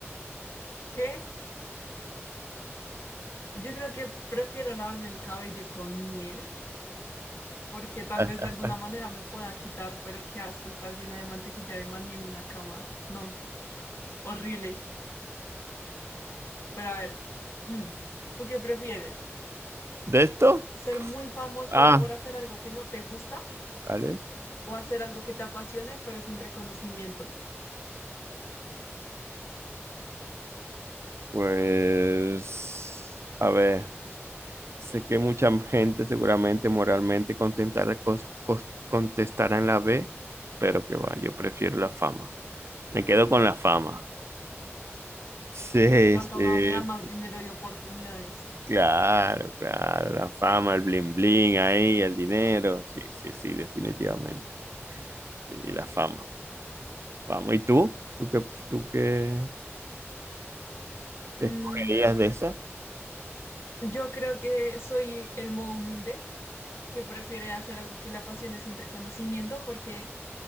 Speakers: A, on the left; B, on the right.
A: ¿Qué? Yo creo que prefiero lavarme el cabello con miel, porque tal
B: <laughs>
A: vez de alguna manera me pueda quitar, pero qué asco estar llena de mantequilla de maní en una cama. No, horrible. Pero a ver, <clears throat> ¿tú qué prefieres?
B: ¿De esto?
A: ¿Ser muy famoso
B: Ah,
A: por hacer algo que no te gusta
B: vale.
A: o hacer algo que te apasione, pero sin reconocimiento?
B: Pues, a ver. Sé que mucha gente seguramente moralmente contentará- cos- cos- contestará en la B, pero que va, yo prefiero la fama. Me quedo con la fama. Sí,
A: La
B: sí,
A: fama me da más dinero y oportunidades.
B: claro, claro, la fama, el bling bling ahí, el dinero. Sí, sí, sí, definitivamente. Sí, la fama. Vamos, ¿y tú? ¿Tú qué, tú qué, qué
A: Mm,
B: escogerías de esa?
A: yo creo que soy el modo humilde que prefiere hacer algo que le apasione sin reconocimiento porque,